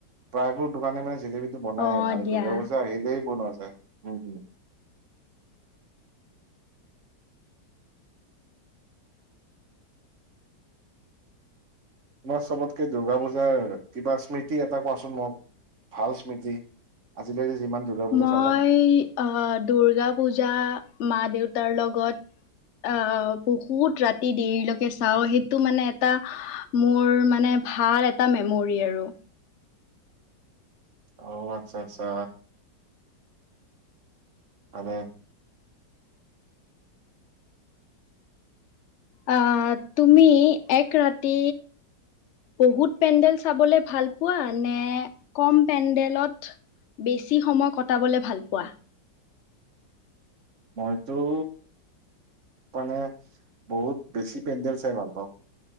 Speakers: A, on the right (about 45°); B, on the left (about 55°).
A: প্ৰায়বোৰ দোকানে মানে জেলেপীটো বনাইয়ে
B: অ',
A: আৰু
B: দিয়া।
A: দুৰ্গা পুজা আহিলেই বনোৱা যায় উম হম তোমাৰ চবতকে দুূৰ্গা পূজাৰ কিবা স্মৃতি এটা কোৱাচোন মোক? ভাল স্মৃতি আজিলৈকে যিমান দুৰ্গা পূজা
B: মই
A: চালা
B: অ দুৰ্গা পূজা মা দেউতাৰ লগ ত আহ বহুত ৰাতি দেৰিলৈকে চাওঁ সেইটো মানে এটা মোৰ মানে ভাল এটা মেমৰি আৰু
A: আহ আচ্ছা- আচ্ছা আনে
B: অ তুমি এক ৰাতি বহুত পেণ্ডেল চাবলৈ ভাল পোৱা নে কম পেণ্ডেলত বেছি সময় কটাবলৈ ভাল পোৱা?
A: মই তোৰ মানে বহুত বেছি পেণ্ডেল চাই ভাল পাওঁ।